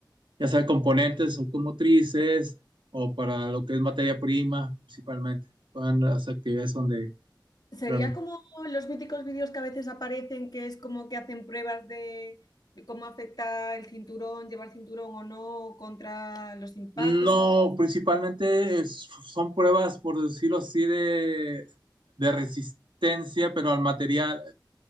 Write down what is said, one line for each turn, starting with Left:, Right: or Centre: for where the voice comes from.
Right: ya sea componentes automotrices o para lo que es materia prima, principalmente. Van las actividades donde
Left: Sería
Right: realmente.
Left: como los míticos vídeos que a veces aparecen, que es como que hacen pruebas de de cómo afecta el cinturón, llevar cinturón o no, contra los impactos
Right: No,
Left: o cosas-
Right: principalmente es- son pruebas, por decirlo así, de, de resistencia, pero al material.